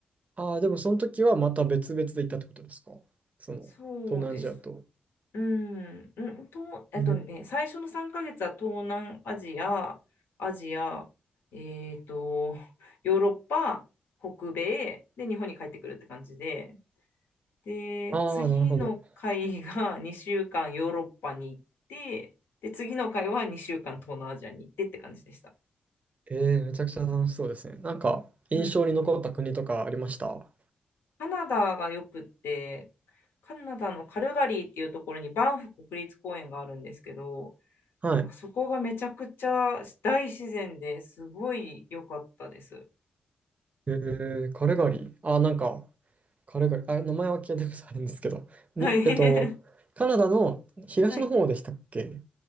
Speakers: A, on the right; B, on the left.
A: ああ、でもその時はまた別々で行ったってことですかその、
B: そうです
A: 東南アジアと。
B: うん、うんと、えっとね、
A: え、
B: 最初の3ヶ月は東南アジア、アジア、えっと、ヨーロッパ、北米、で、日本に帰ってくるって感じで、で、
A: ああ、
B: 次の回が2週間ヨーロッパに行って、
A: なるほど。
B: で、次の回は2週間東南アジアに行ってって感じでした。
A: ええ、めちゃくちゃ楽しそうですね。なんか、印象に残った国とかありました
B: うん。カナダがよくって、カナダのカルガリーっていうところにバンフ国立公園があるんですけど、
A: はい。
B: なんかそこがめちゃくちゃ大自然ですごい良かったです。
A: えーカルガリー。あーなんか、カルガリー。あ、名前は聞いたことあるんですけど。に、
B: <laughs> はい。
A: えっと、カナダの東の方でしたっけ
B: <laughs> はい。